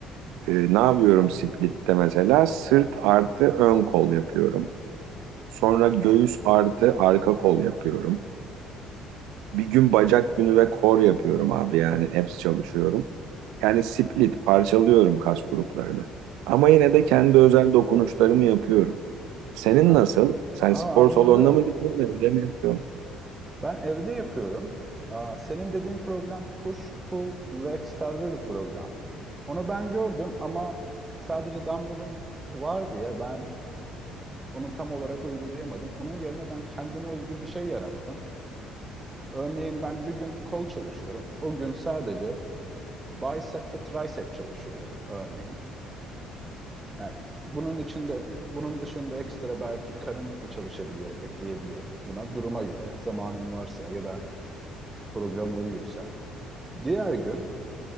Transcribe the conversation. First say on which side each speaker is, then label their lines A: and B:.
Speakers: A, on the right; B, on the right.
A: e, ne yapıyorum splitte mesela? Sırt artı ön kol yapıyorum. Sonra göğüs artı arka kol yapıyorum. Bir gün bacak günü ve kor yapıyorum abi yani abs çalışıyorum. Yani split parçalıyorum kas gruplarını. Ama yine de kendi özel dokunuşlarımı yapıyorum. Senin
B: Ha,
A: nasıl? Sen
B: aa,
A: spor
B: anladım.
A: salonuna mı gidiyorsun, evde mi yapıyorsun?
B: Ben evde yapıyorum. Aa, senin dediğin program push, pull, legs tarzı bir program. Onu ben gördüm ama sadece Dumble'ın vardı ya ben onu tam olarak uygulayamadım. Onun yerine ben kendime özgü bir şey yarattım. Örneğin ben bir gün kol çalışıyorum. O gün sadece bicep ve tricep çalışıyorum örneğin. Yani bunun içinde bunun dışında ekstra belki karın da çalışabiliyorum, ekleyebiliyorum. Buna duruma göre zamanım varsa ya da program uyuyorsa. Diğer gün